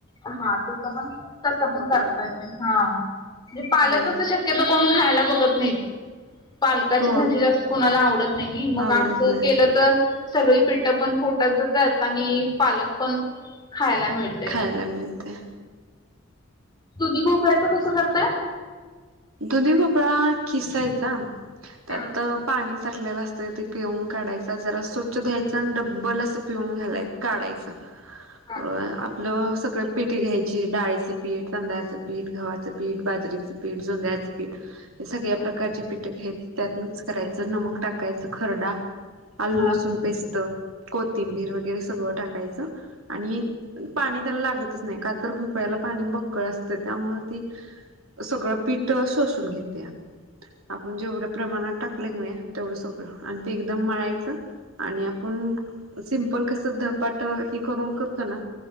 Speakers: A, on the left (about 20°); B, on the right (about 85°).
A: हा तसं पण, तसं पण करता येत. हा म्हणजे
B: हम्म
A: पालक कसं शक्यतो कोण? खायला बघत नाही. पालकाची
B: हो
A: भाजी जास्त कोणाला आवडत नाही. नी मग
B: आवडत
A: असं
B: नाही
A: केलं तर, सगळी पिठं पण पोटात जातात, आणि पालक पण खायला मिळतं.
B: खायला मिळते
A: दुधी भोपळ्याच कसं करताय?
B: दुधी भोपळा खिसायचा, त्यात
A: हा
B: पाणी. साठलेला असतं ते पिळून काढायचा, जरा स्वच्छ धुवायचा आणि डब्बल असं पिळून काढायचं.
A: <inaudible>
B: अ.. आपलं सगळं पीठ घ्यायची, डाळीचं पीठ तांदळाचं पीठ गव्हाचं पीठ बाजरीचं पीठ. जोंधळाच पीठ हे सगळ्या
A: हा
B: प्रकारचे पीठ घ्यायचं. त्यात करायचं नमक टाकायचं, खरडा. आलं
A: हा
B: लसूण पेस्ट कोथिंबीर वगैरे, सगळं टाकायचं आणि पाणी त्याला लागतच नाही का तर, भोपळ्याला पाणी बक्कळ असतं त्यामुळे ती सगळं. पीठ शोसून घेते, आपण जेवढ्या प्रमाणात टाक दाखवले कणी तेवढं सगळं, आणि ते एकदम मळायचं. आणि आपुण सिम्पल कसं, धपाट हे करून कर करतो ना